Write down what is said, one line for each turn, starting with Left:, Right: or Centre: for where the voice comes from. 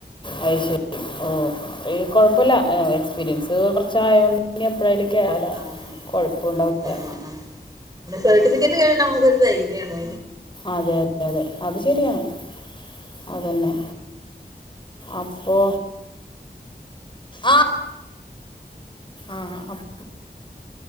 Left: അ ശരി ഓ കൊഴപ്പില്ല എക്സ്പീരിയൻസ് കൊറച്ചയോണ്ട് ഇപ്പഴായലേക്കാല
Right: ആഹ്
Left: കുഴപ്പം ഉണ്ടാവില്ല
Right: അതെ ആഹ് പിന്നെ സർട്ടിഫിക്കറ്റ് കഴി നമുക്കൊരു ധൈര്യമാണ്
Left: അതെ അതെ അതെ അത് ശെരിയാണ് അതന്നെ അപ്പൊ ആ ആഹ അപ്പ